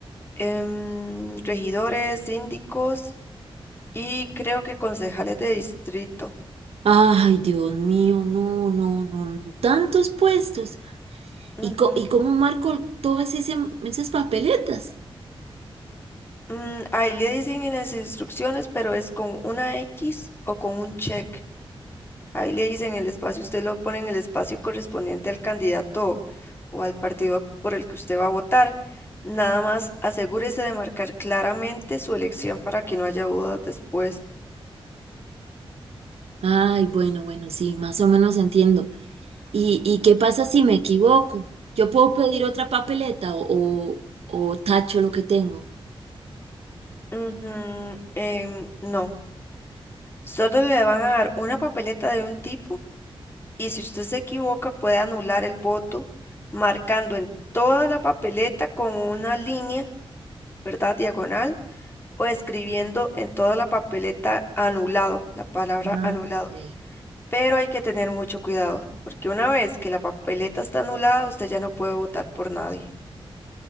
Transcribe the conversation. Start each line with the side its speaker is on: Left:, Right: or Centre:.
Left: em, regidores, síndicos y creo que concejales de distrito.
Right: Ay, Dios mío, no, no, no, no, tantos puestos.
Left: Ujú.
Right: ¿Y, co- y cómo marco todas ese- esas papeletas?
Left: Mm, ahí le dicen en las instrucciones, pero es con una X o con un check. Ahí le dicen el espacio, usted lo pone en el espacio correspondiente al candidato o al partido por el que usted va a votar. Nada más asegúrese de marcar claramente su elección para que no haya dudas después.
Right: Ay, bueno, bueno, sí, más o menos entiendo. ¿Y, y qué pasa si me equivoco? ¿Yo puedo pedir otra papeleta o, o, o tacho lo que tengo?
Left: Ujú, em, no, solo le van a dar una papeleta de un tipo y si usted se equivoca puede anular el voto marcando en toda la papeleta con una línea, ¿verdad? Diagonal o escribiendo en toda la papeleta anulado, la palabra
Right: Ah,
Left: anulado.
Right: ok.
Left: Pero hay que tener mucho cuidado porque una vez que la papeleta está anulada, usted ya no puede votar por nadie.